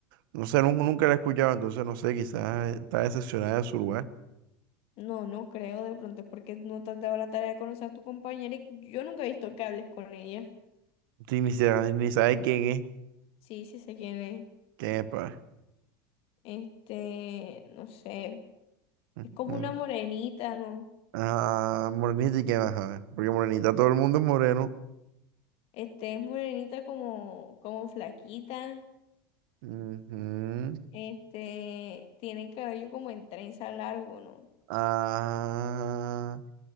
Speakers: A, on the right (about 70°); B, on the left (about 55°).
A: No sé, nun- nunca, la he escuchado, entonces no sé, quizás está decepcionada de su lugar.
B: No, no creo, de pronto es porque no te has dado la tarea de conocer a tu compañera y yo nunca he visto que hables con ella.
A: Sí, ni, se- ni sabe quién es,
B: Sí, sí sé quién es.
A: quién es, pa.
B: Este, no sé.
A: Ujú.
B: Es como una morenita, ¿no?
A: Ah, Morenita y quién vas a ver. Porque Morenita todo el mundo es moreno.
B: Este, es morenita como, como flaquita.
A: Ujú.
B: Este, tiene el cabello como en trenza largo, ¿no?
A: Ah,